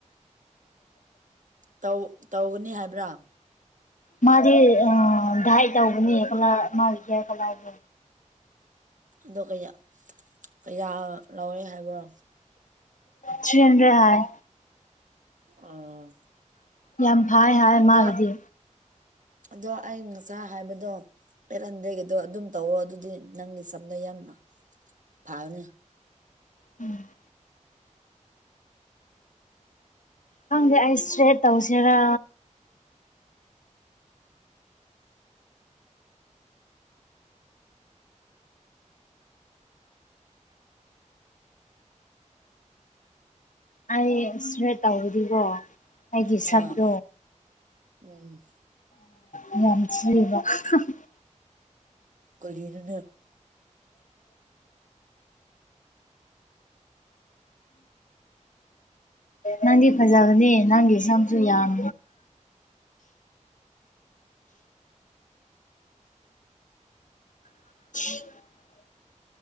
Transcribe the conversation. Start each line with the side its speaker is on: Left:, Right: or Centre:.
Right: ꯇꯧ ꯇꯧꯒꯅꯤ ꯍꯥꯏꯕ꯭ꯔꯥ
Left: ꯃꯥꯗꯤ ꯑ ꯗꯥꯥꯏ ꯇꯧꯕꯅꯤ ꯀꯂꯔ ꯑꯃ ꯍ꯭ꯌꯔ ꯀꯂꯔꯗꯣ
Right: ꯑꯗꯣ ꯀꯌꯥ ꯀꯌꯥ ꯂꯧꯔꯦ ꯍꯥꯏꯕ꯭ꯔꯣ
Left: ꯊ꯭ꯔꯤ ꯍꯟꯗ꯭ꯔꯦꯗ ꯍꯥꯥꯏ
Right: ꯑꯣ
Left: ꯌꯥꯝ ꯐꯩꯌꯦ ꯍꯥꯏ
Right: ꯑꯗꯣ
Left: ꯃꯥꯒꯤꯗꯤ
Right: ꯑꯗꯣ ꯑꯩ ꯉꯁꯥꯏ ꯍꯥꯏꯕꯗꯣ ꯄꯦꯂꯦꯟꯗꯒꯤꯗꯣ ꯑꯗꯨꯝ ꯇꯧꯔꯣ ꯑꯗꯨꯗꯤ ꯅꯪꯒꯤ ꯆꯝꯅ ꯌꯥꯝꯅ ꯐꯥꯒꯅꯤ
Left: ꯎꯝ ꯈꯪꯗꯦ ꯑꯩ ꯏꯁꯇ꯭ꯔꯦꯠ ꯇꯧꯁꯦꯔꯥ ꯑꯩ ꯏꯁꯇ꯭ꯔꯦꯠ ꯇꯧꯕꯗꯤꯒꯣ ꯑꯩꯒꯤ ꯁꯛꯇꯣ
Right: ꯑꯥ <unintelligible>
Left: ꯎꯝ ꯌꯥꯝ ꯊꯤꯕ <unintelligible>
Right: ꯀꯔꯤꯅꯣꯅꯦ
Left: ꯅꯪꯗꯤ ꯐꯖꯕꯅꯦ ꯅꯪꯒꯤ ꯁꯝꯁꯨ ꯌꯥꯝ <unintelligible>